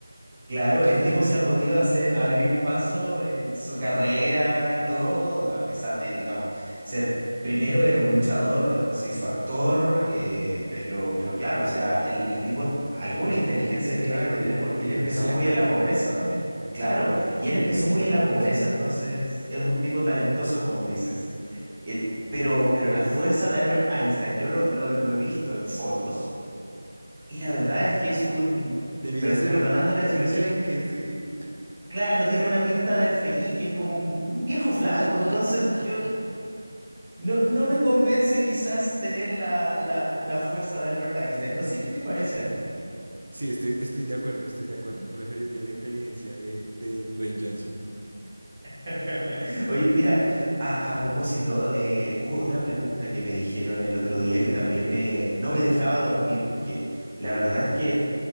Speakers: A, on the right (about 20°); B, on the right (about 90°).
A: Claro,
B: <laughs>
A: el tipo se ha podido hacer, abrir paso en su carrera y todo, a pesar de, digamos, ser, primero era un luchador, después se hizo actor, eh, pero, pero claro, o sea, el, el tipo alguna inteligencia tiene
B: Claro,
A: que tener
B: y un,
A: porque
B: y
A: él empezó
B: un talento,
A: muy en
B: ¿no?
A: la pobreza también,
B: Sí,
A: claro,
B: sí, sí, sí,
A: y
B: sí,
A: él empezó
B: un tipo
A: muy
B: talentoso.
A: en la pobreza, entonces es un tipo talentoso, como dices. Eh, pero, pero la fuerza de Albert Einstein, yo lo, lo, lo he visto en fotos, y la verdad es que es un,
B: Debía
A: per-
B: ser
A: perdonando
B: un
A: la expresión,
B: enclenque, sí.
A: Claro, tiene una pinta de alfeñique, es como un, un viejo flaco,
B: <laughs>
A: entonces yo no, no me convence quizás tener la, la, la fuerza de Albert Einstein. No sé qué te parece a ti.
B: Sí, estoy, estoy de acuerdo, estoy de acuerdo. Preferiría la inteligencia de, de Dwayne Johnson.
A: <laughs> Oye, mira, a, a propósito, eh, hubo otra pregunta que me dijeron el otro día que también me, no me dejaba dormir, porque la verdad es que